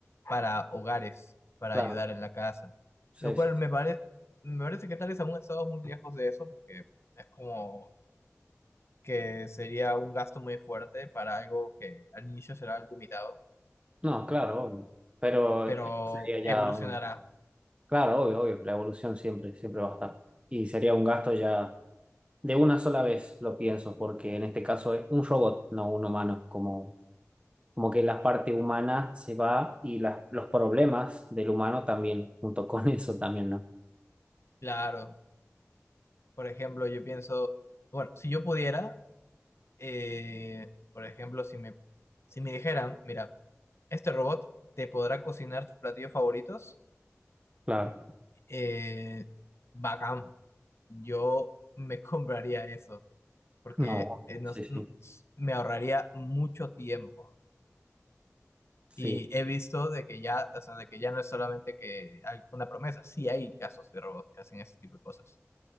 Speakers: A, on the left; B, on the right.
A: para hogares, para
B: claro.
A: ayudar en la casa.
B: Sí,
A: Lo cual
B: sí. sí.
A: me parece, me parece que tal vez aún estamos muy lejos de eso, porque es como que sería un gasto muy fuerte para algo que al inicio será limitado,
B: No, claro, obvio. Pero
A: pero
B: esto sería
A: evolucionará.
B: ya un... Claro, obvio, obvio. La evolución siempre, siempre va a estar. Y sería un gasto ya de una sola vez, lo pienso, porque en este caso es un robot, no un humano, como Como que la parte humana se va y las los problemas del humano también, junto con <laughs> eso también, ¿no?
A: Claro, por ejemplo, yo pienso, bueno, si yo pudiera Eh, por ejemplo, si me, si me dijeran, mira, este robot te podrá cocinar tus platillos favoritos,
B: Claro.
A: eh, bacán, yo me <laughs> compraría eso, porque
B: No,
A: eh, nos-
B: sí, sí,
A: n- s- me ahorraría mucho tiempo.
B: sí,
A: Y he visto de que ya, o sea, de que ya no es solamente que hay una promesa, sí hay casos de robots que hacen ese tipo de cosas.